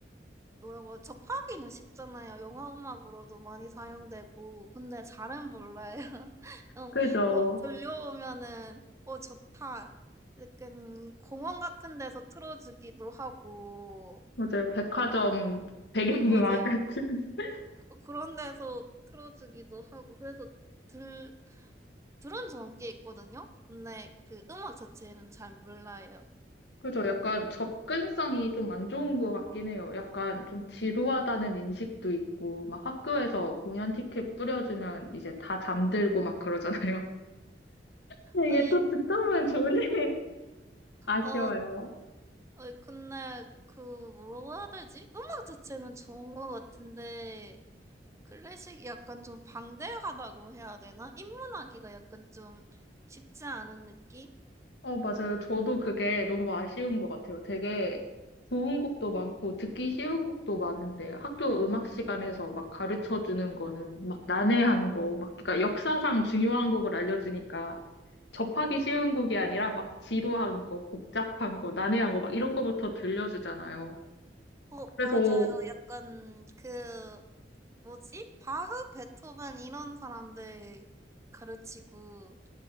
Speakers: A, on the right; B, on the left.
A: 뭐라고 하죠? 접하기는 쉽잖아요. 영화 음악으로도 많이 사용되고 근데 잘은 몰라요. <laughs> 음,
B: 그죠.
A: 어, 들려오면은 어 좋다. 약간 공원 같은 데서 틀어주기도 하고
B: 맞아요. 백화점 배경음악
A: 어, 맞아요.
B: 같은. <laughs>
A: 어, 그런 데서 틀어주기도 하고 그래서 들 들은 적은 꽤 있거든요. 근데 그 음악 자체는 잘 몰라요.
B: 그죠. 약간 접근성이 좀 안 좋은 것 같긴 해요. 약간 좀 지루하다는 인식도 있고, 막 학교에서 공연 티켓 뿌려주면 이제 다 잠들고 막 그러잖아요. <laughs> 근데
A: 아니
B: 이게 또 듣다 보면 좋은데 <laughs> 아쉬워요.
A: 어 아니, 근데, 그, 뭐라고 해야 되지? 음악 자체는 좋은 것 같은데, 클래식이 약간 좀 방대하다고 해야 되나? 입문하기가 약간 좀 쉽지 않은 느낌?
B: 어, 맞아요. 저도 그게 너무 아쉬운 것 같아요. 되게 좋은 곡도 많고 듣기 쉬운 곡도 많은데 학교 음악 시간에서 막 가르쳐 주는 거는 막 난해한 거, 막 그러니까 역사상 중요한 곡을 알려주니까 접하기 쉬운 곡이 아니라 막 지루한 거, 복잡한 거, 난해한 거 막 이런 거부터 들려주잖아요.
A: 어,
B: 그래서
A: 맞아요. 약간, 그, 뭐지? 바흐, 베토벤 이런 사람들 가르치고,